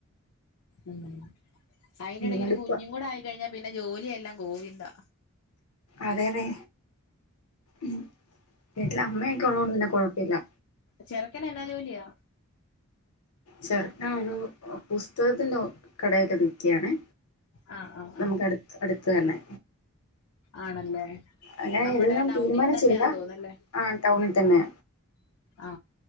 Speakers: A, on the left; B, on the left.
A: ഉം അയിന്റെ ഡഗ്ര
B: മടുപ്പ
A: കുഞ്ഞും കൂടെ ആയിക്കഴിഞ്ഞാ പിന്നെ ജോലിയെല്ലാം ഗോവിന്ദാ
B: അതെതേ ഉ വീട്ടില് അമ്മയൊക്കെ ഉള്ളതുകൊണ്ട് നിന്നെ കുഴപ്പമില്ല
A: ചെറുക്കന എന്നാ ജോലിയാ
B: ചെർക്ക ഒരു പുസ്തകത്തിന്റെ കടയില് നിക്കയണേ
A: ആ ആ ആ
B: നമുക്ക് അടുത്ത് അടുത്ത തന്നെ
A: ആണല്ലേ
B: അങ്ങനെ
A: നമ്മുടെ
B: എല്ലാം
A: ടൗണിൽ
B: തീരുമാനിച്ചില്ല
A: തന്നെയാ തോന്നല്ലേ
B: ആ ടൗണിൽ തന്നെ
A: ആ